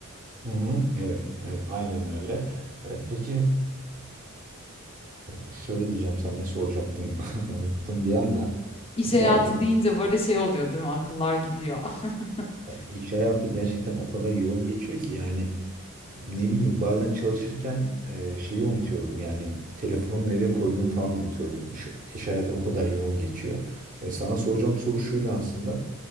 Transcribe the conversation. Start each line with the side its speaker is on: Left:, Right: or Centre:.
Right: Hı hı, evet, evet, aynen öyle. E, peki e, şöyle diyeceğim sana ne soracaktım <laughs> unuttum bir anda.
Left: İş
Right: İş
Left: hayatı
Right: hayatı,
Left: deyince böyle şey oluyor değil mi? Akıllar gidiyor. <laughs>
Right: iş hayatı gerçekten o kadar yoğun geçiyor ki yani ne bileyim bazen çalışırken e, şeyi unutuyorum yani telefonumu nereye koyduğumu falan unutuyorum. İş, iş hayatı o kadar yoğun geçiyor. E, sana soracağım soru şuydu aslında.